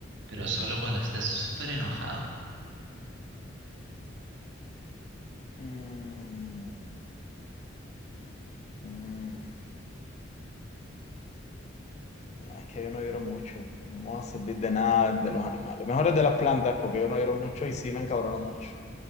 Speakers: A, on the right; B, on the left.
A: pero solo cuando estés súper enojado.
B: Mm, mm. Ah, Es que yo no lloro mucho, no me va a servir de nada de los animales. Mejor es de las plantas, porque yo no lloro mucho y sí me encabrono mucho.